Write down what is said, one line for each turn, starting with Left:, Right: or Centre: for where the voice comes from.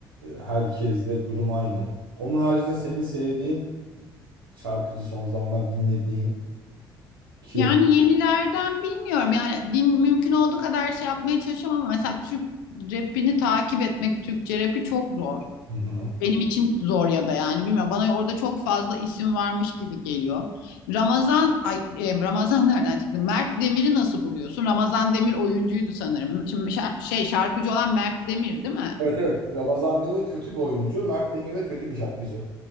Right: herkes de durum aynı. Onun haricinde senin sevdiğin şarkıcı son zamanlar dinlediğin kim?
Left: Yani yenilerden bilmiyorum. Yani din mümkün olduğu kadar şey yapmaya çalışıyorum ama mesela Türk rapini takip etmek, Türkçe rapi çok zor.
Right: Hı hı.
Left: Benim için zor ya da yani bilmiyorum. Bana orada çok fazla isim varmış gibi geliyor. Ramazan, ay, e, Ramazan <laughs> nereden çıktı? Mert Demir'i nasıl buluyorsun? Ramazan Demir oyuncuydu sanırım. Şimdi şa- şey şarkıcı olan Mert Demir değil mi?
Right: Evet evet. Ramazan Demir kötü bir oyuncu. Mert Demir de kötü bir şarkıcı.